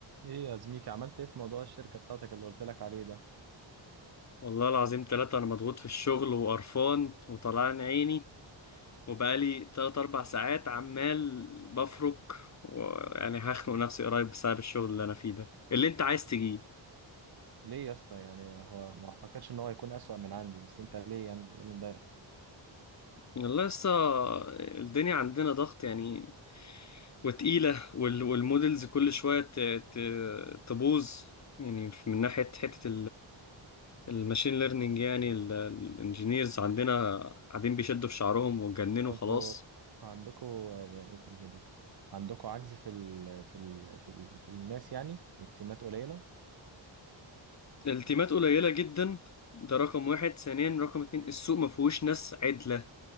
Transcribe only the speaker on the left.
والله العظيم ثلاثة أنا مضغوط في الشغل وقرفان وطلعان عيني وبقالي تلات أربع ساعات عمال بفرك ويعني هخنق نفسي قريب بسبب الشغل اللي أنا فيه ده اللي أنت عايز تجيه
والله لسه الدنيا عندنا ضغط يعني وتقيلة وال- والمودلز كل شوية ت- ت- تبوظ يعني من ناحية حتة الماشين ليرنينج يعني الانجينيرز عندنا قاعدين بيشدوا في شعرهم واتجننوا
خلاص
التيمات قليلة جدا ده رقم واحد ثانيا رقم اتنين السوق ما فيهوش ناس عدلة